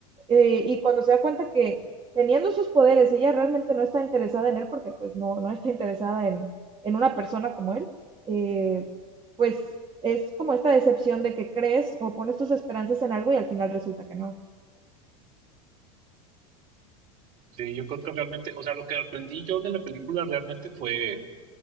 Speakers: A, on the right; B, on the right.
A: eh, y cuando se da cuenta que teniendo sus poderes, ella realmente no está interesada en él porque pues no, no está interesada en, en una persona como él, eh, pues es como esta decepción de que crees o pones tus esperanzas en algo y al final resulta que no.
B: Sí, yo creo que realmente, o sea, lo que aprendí yo de la película realmente fue